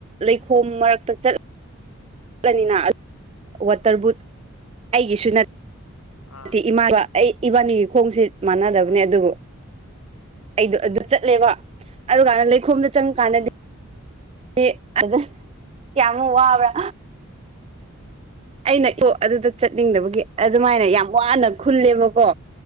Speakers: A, on the right (about 25°); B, on the left (about 85°).
A: ꯂꯩꯈꯣꯝ ꯃꯔꯛꯇ ꯆꯠ ꯆꯠꯂꯅꯤꯅ ꯋꯥꯇꯔ ꯕꯨꯠ ꯑꯩꯒꯤꯁꯨ ꯅꯠ
B: ꯑꯥ
A: <unintelligible> ꯇꯤ ꯏꯃꯥꯒ ꯑꯩ ꯏꯕꯥꯅꯤꯒꯤ ꯈꯣꯡꯁꯤ ꯃꯥꯟꯅꯗꯕꯅꯦ
B: ꯍꯣꯏ
A: ꯑꯗꯨꯕꯨ ꯑꯩꯗꯣ ꯑꯗꯨ ꯆꯠꯂꯦꯕ ꯑꯗꯨꯀꯥꯟꯅ ꯂꯩꯈꯣꯝꯗ ꯆꯪꯉꯀꯥꯟꯗꯗꯤ
B: ꯎꯝ
A: ꯗꯤ ꯑꯗ ꯀꯌꯥꯃꯨꯛ ꯋꯥꯕ꯭ꯔꯥ ꯑꯩꯅ ꯁꯨ ꯑꯗꯨꯗ ꯆꯠꯅꯤꯡꯗꯕꯒꯤ ꯑꯗꯨꯃꯥꯏꯅ ꯌꯥꯝ ꯋꯥꯅ ꯈꯨꯜꯂꯦꯕꯀꯣ